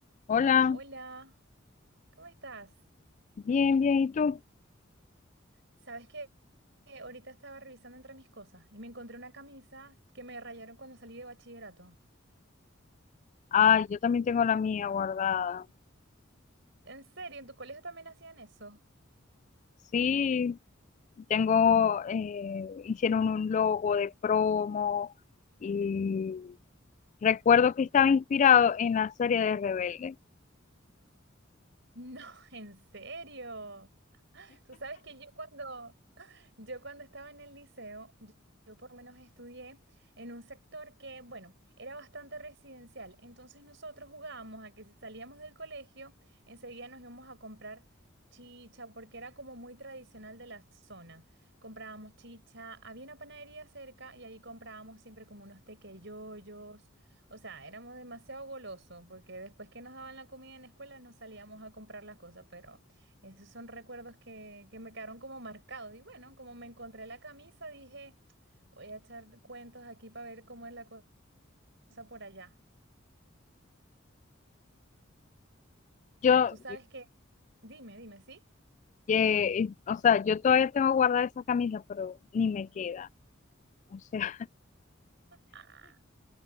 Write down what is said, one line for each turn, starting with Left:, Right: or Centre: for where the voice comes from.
Left: Hola,
Right: Hola, ¿cómo estás?
Left: bien, bien, ¿y tú?
Right: Sabes que eh, ahorita estaba revisando entre mis cosas y me encontré una camisa que me rayaron cuando salí de bachillerato.
Left: Ay, yo también tengo la mía guardada.
Right: ¿En serio? ¿En tu colegio también hacían eso?
Left: Sí, tengo, eh, hicieron un logo de promo y recuerdo que estaba inspirado en la serie de Rebelde.
Right: No, <laughs> en serio. Tú sabes que yo cuando, Yo cuando estaba en el liceo, yo, yo por lo menos estudié en un sector que, bueno, era bastante residencial. Entonces nosotros jugábamos a que si salíamos del colegio, enseguida nos íbamos a comprar chicha, porque era como muy tradicional de la zona. Comprábamos chicha, había una panadería cerca y ahí comprábamos siempre como unos tequeyoyos. O sea, éramos demasiado golosos, porque después que nos daban la comida en la escuela, nos salíamos a comprar las cosas, pero... Esos son recuerdos que, que me quedaron como marcados. Y bueno, como me encontré la camisa, dije, voy a echar cuentos aquí para ver cómo es la cosa por allá.
Left: Yo,
Right: Tú sabes que, dime, dime, ¿sí?
Left: eh, o sea, yo todavía tengo guardada esa camisa, pero ni me queda. O sea,
Right: Ah,